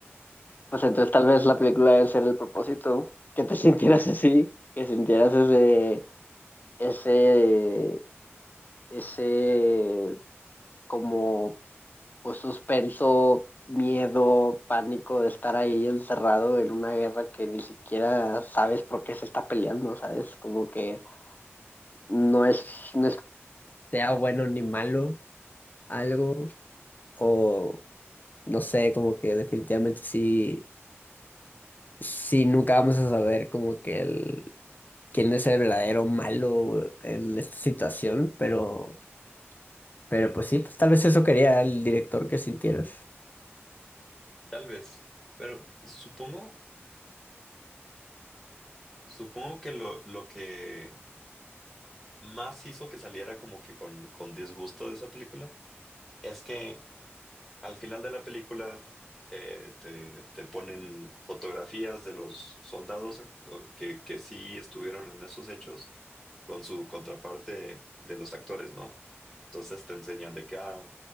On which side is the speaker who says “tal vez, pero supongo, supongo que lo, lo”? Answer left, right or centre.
Centre